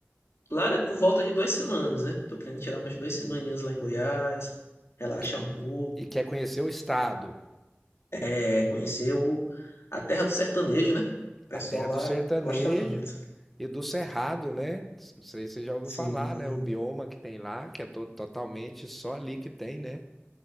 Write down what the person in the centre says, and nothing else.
E,
e quer conhecer o estado?
A terra
do sertanejo
e do cerrado, né? Não sei se você já ouviu
falar, né? O bioma que tem lá, que é todo, totalmente só ali que tem, né?